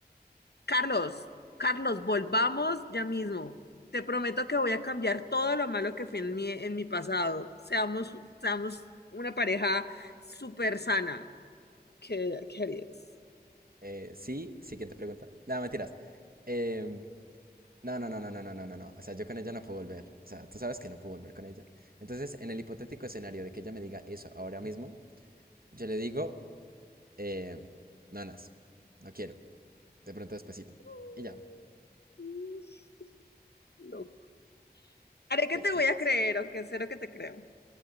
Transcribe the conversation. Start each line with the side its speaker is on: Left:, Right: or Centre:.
Left: Carlos, Carlos, volvamos ya mismo. Te prometo que voy a cambiar todo lo malo que fui en mi, en mi pasado. Seamos, seamos una pareja súper sana. ¿Qué, qué harías?
Right: Eh, sí, siguiente pregunta. No, mentiras. Em, No, no, no, no, no, no, no, no, no. O sea, yo con ella no puedo volver. O sea, tú sabes que no puedo volver con ella. Entonces, en el hipotético escenario de que ella me diga eso ahora mismo, yo le digo, eh, nonas, no quiero. De pronto despacito.
Left: <laughs>
Right: Y ya,
Left: Loco. Haré
Right: pues
Left: que te
Right: sí,
Left: voy
Right: pues.
Left: a creer, aunque sé lo que te creo.